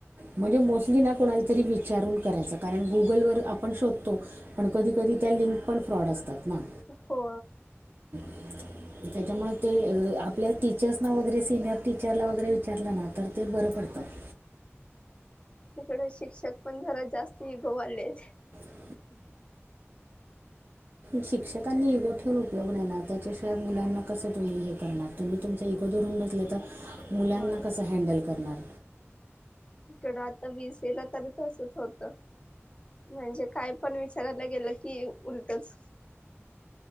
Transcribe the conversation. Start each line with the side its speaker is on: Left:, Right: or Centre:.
Right: म्हणजे मोस्टली ना कोणाला तरी विचारून करायच कारण गुगलवर आपण शध पण कधी कधी त्या लिंक पण फ्रॉड असतात ना
Left: हो
Right: <inaudible> त्याच्यामुळे ते आपल्या टीचर्स ना वगैरे सिनियर टीचरला वगैरे विचारलं ना तर ते बरं पडतं <inaudible>
Left: इकड शिक्षक पण जरा जास्त इगोवाले
Right: <inaudible> शिक्षकांनी इगो ठेवून उपयोग नेणार त्याच्याशिवाय मुलांना कस तुम्ही हे करणार तुम्ही तुमचा ून बस तर मुलांना
Left: हो
Right: कस हडल करणार
Left: इड आता विसेला त तसच होत म्हणजे काय पण विचार गेलं की उलटच